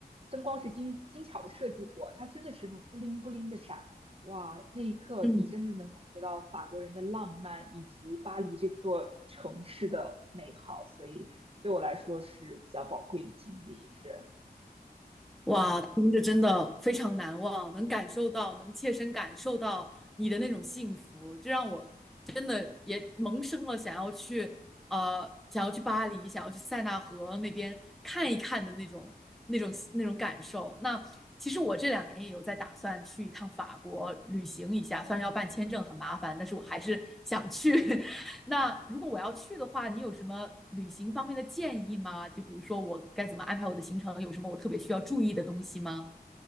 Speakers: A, on the right (about 35°); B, in the centre.
A: 灯光是精精巧的设计过，它真的是那种布灵布灵的闪，哇，那一刻你真的能感觉到法国人的浪漫以及巴黎这座城市的美好，
B: 嗯
A: 所以对我来说是比较宝贵的经历，是，
B: 哇，听着真的非常难忘，能感受到，能切身感受到你的那种幸福，这让我真的也萌生了想要去，呃，想要去巴黎，想要去塞纳河那边看一看的那种、那种、那种感受。那其实我这两年也有在打算去一趟法国旅行一下，
A: 嗯。
B: 虽然要办签证很麻烦，但是我还是想去。<laughs> 那如果我要去的话，你有什么旅行方面的建议吗？就比如说我该怎么安排我的行程，有什么我特别需要注意的东西吗？